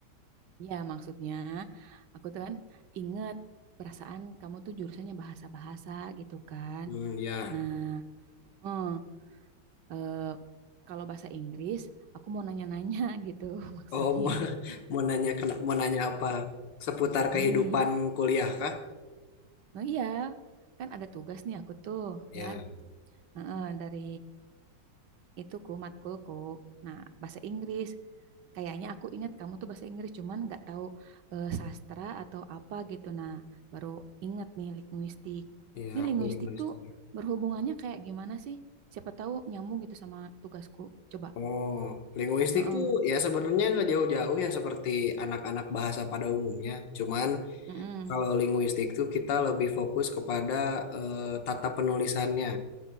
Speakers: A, on the right; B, on the left.
A: Iya, maksudnya aku tuh kan inget perasaan kamu tuh jurusannya bahasa-bahasa gitu kan.
B: Hmm, ya.
A: Nah, eh, eh, kalau bahasa Inggris, aku mau nanya-nanya gitu <laughs> maksudnya.
B: Oh, <laughs> mau, mau nanya kena, mau nanya apa? Seputar kehidupan
A: Ini,
B: kuliah kah?
A: oh iya, kan ada tugas nih aku tuh
B: Ya,
A: ya, Heeh, dari ituku matkulku. Nah, bahasa Inggris. Kayaknya aku ingat kamu tuh bahasa Inggris cuman nggak tahu eh, sastra atau apa gitu. Nah, baru ingat nih linguistik.
B: Ya,
A: Ini
B: aku
A: linguistik
B: linguistik.
A: tuh berhubungannya kayak gimana sih? Siapa tahu nyambung gitu sama tugasku. Coba.
B: Oh, linguistik
A: Heeh.
B: tuh ya sebenarnya nggak jauh-jauh ya seperti anak-anak bahasa pada umumnya. Cuman
A: Heeh.
B: kalau linguistik tuh kita lebih fokus kepada eh, tata penulisannya,